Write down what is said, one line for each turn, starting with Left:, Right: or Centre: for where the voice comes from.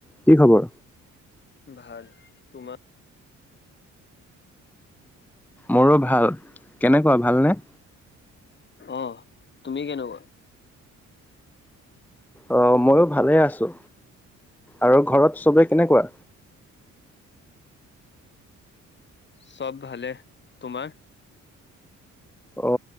Centre: কি খবৰ।
Left: ভাল। তোমাৰ
Centre: মোৰো ভাল কেনেকুৱা ভালনে।
Left: অ তুমি কেনেকুৱা।
Centre: অ মইো ভালে আছো আৰু ঘৰত চবে কেনেকুৱা।
Left: চব ভালে তোমাৰ।
Centre: অ।